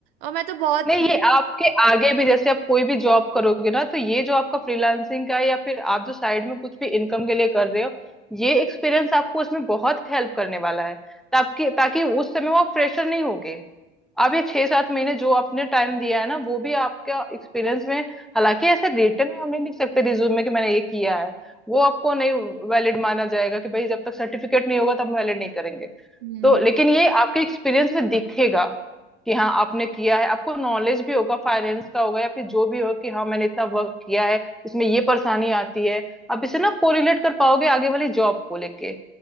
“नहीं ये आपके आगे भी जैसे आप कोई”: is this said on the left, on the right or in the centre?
Centre